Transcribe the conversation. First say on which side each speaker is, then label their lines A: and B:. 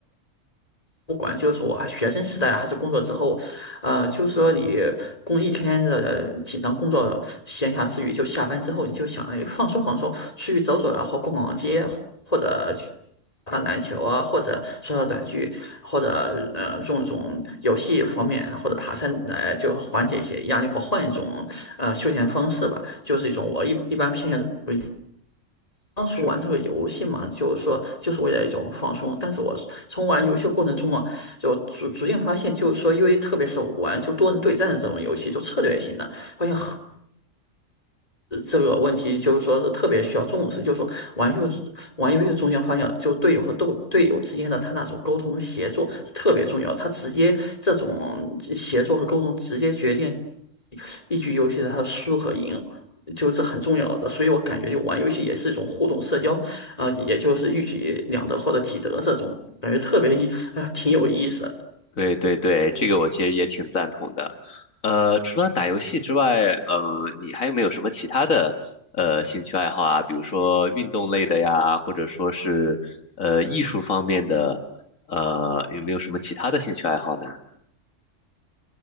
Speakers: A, on the left (about 30°); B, on the left (about 80°).
A: 不管就是说啊，学生时代还是工作之后，呃，就是说你工一天的紧张工作，闲暇之余就下班之后，你就想哎放松放松，出去走走啊，或逛逛街，或者去打篮球啊，或者刷刷短剧，或者呃用一种游戏方面或者爬山来就缓解一些压力，或换一种呃休闲方式吧，就是一种我一一般偏向于当时玩这个游戏嘛，
B: 是。
A: 就是说就是为了一种放松。但是我从玩游戏的过程中嘛，就逐逐渐发现，就是说，因为特别是玩就多人对战的这种游戏，就策略型的，发现这个问题就是说是特别需要重视，就是说玩游玩游戏中间发现，就队友和斗队友之间的他那种沟通和协作是特别重要，他直接这种协作和沟通直接决定一局游戏的他的输和赢，就这很重要的。所以我感觉就玩游戏也是一种互动社交啊，呃，也就是一举两得或者几得这种，感觉特别意啊呃挺有意思的。
B: 对对对，这个我其实也挺赞同的。呃，除了打游戏之外，呃，你还有没有什么其他的呃兴趣爱好啊？比如说运动类的呀，或者说是呃艺术方面的，呃，有没有什么其他的兴趣爱好呢？<laughs>